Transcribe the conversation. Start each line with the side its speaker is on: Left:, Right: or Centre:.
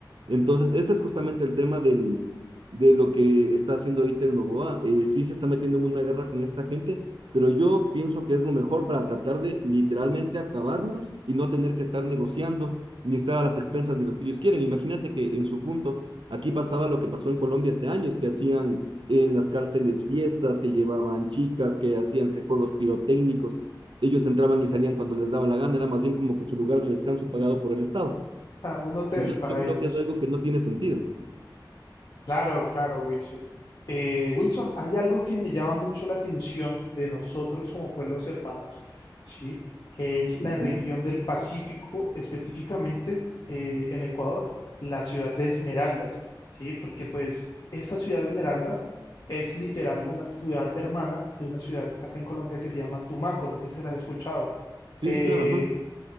Right: Entonces, ese es justamente el tema del, de lo que está haciendo ahorita el Novoa. Eh, sí se está metiendo en una guerra con esta gente, pero yo pienso que es lo mejor para tratar de literalmente acabarlos y no tener que estar negociando ni estar a las expensas de los que ellos quieren. Imagínate que en su punto Aquí pasaba lo que pasó en Colombia hace años, que hacían en las cárceles fiestas, que llevaban chicas, que hacían que juegos pirotécnicos. Ellos entraban y salían cuando les daba la gana, era más bien como que su lugar de descanso pagado por el Estado.
Left: Ah, un hotel
Right: Entonces
Left: para
Right: yo creo
Left: ellos.
Right: que es algo que no tiene sentido.
Left: Claro, claro, Wilson. Eh, Wilson, hay algo que me llama mucho la atención de nosotros como pueblos hermanos, ¿sí? Que es la
Right: Ujú.
Left: región del Pacífico, específicamente eh, en Ecuador, la ciudad de Esmeraldas, ¿sí? Porque pues esa ciudad de Esmeraldas es literal una ciudad hermana de una ciudad acá en Colombia que se llama Tumaco, no sé si se la has escuchado.
Right: Sí,
Left: Eh,
Right: sí, claro, ajá.